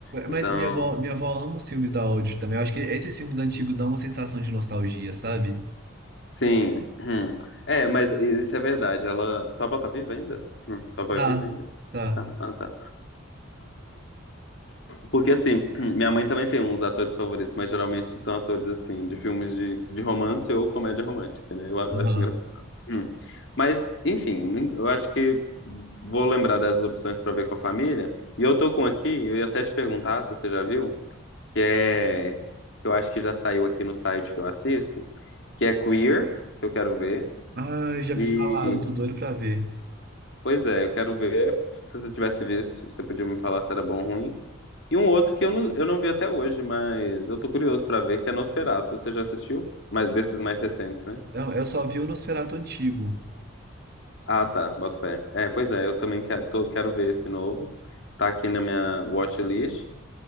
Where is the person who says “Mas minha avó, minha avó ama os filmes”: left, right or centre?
Right